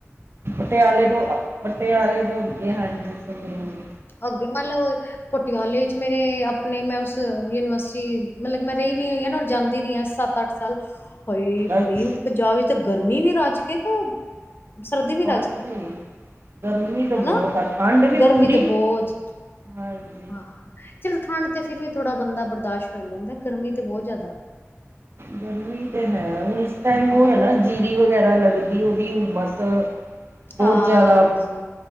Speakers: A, on the right; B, on the left.
A: ਪਟਿਆਲੇ ਤੋਂ ਪਟਿਆਲੇ ਤੋਂ ਅੱਗੇ ਹਾ ਜੀ ਸੰਗਰੂਰ
B: ਅੱਗ ਨਾਲੇ ਹੋਏ ਪਟਿਆਲੇ ਵਿੱਚ ਮੇਰੇ ਆਪਣੇ ਮੈਂ ਉਸ ਯੂਨੀਵਰਸਿਟੀ ਮਤਲਬ ਮੈਂ ਰਹੀ ਵੀ ਹੋਈ ਹਾਂਰ ਜਾਂਦੀ ਰਹੀ ਹਾਂ ਸੱਤ ਅੱਠ <unintelligible> ਹੋਈ
A: ਅੱਛ
B: ਬੜੀ ਪੰਜਾਬ ਵਿੱਚ ਤਾਂ ਗਰਮੀ ਵੀ ਰੱਜ ਕੇ ਤੇ ਸਰਦੀ ਵੀ
A: ਹਾਂਜੀ
B: ਰੱਜ ਕੇ
A: ਗਰਮੀ ਤਾਂ ਬਹੁਤ
B: ਹਨਾ
A: ਆ ਠੰਡ ਵੀ
B: ਗਰਮੀ
A: ਪੂਰੀ
B: ਤੇ ਬਹੁਤ
A: ਹਾਂਜੀ।
B: ਹਾਂ, ਚਲੋ ਠੰਡ ਤੇ ਫਿਰ ਵੀ ਥੋੜਾ ਬੰਦਾ ਬਰਦਾਸ਼ਤ ਕਰ ਲੈਂਦਾ ਗਰਮੀ ਤੇ ਬਹੁਤ ਜ਼ਿਆਦਾ
A: ਗਰਮੀ ਤੇ
B: ਹਾਏ
A: ਹੈ ਹੁਣ ਇਸ ਟਾਈਮ ਉਹ
B: ਹਨਾ
A: ਹੈ ਨਾ। ਜੀਰੀ ਵਗੈਰਾ ਲੱਗਦੀ ਉਹਦੀ ਉਮਸ ਬਹੁਤ
B: ਹਾਂਜੀ
A: ਜ਼ਿਆਦਾ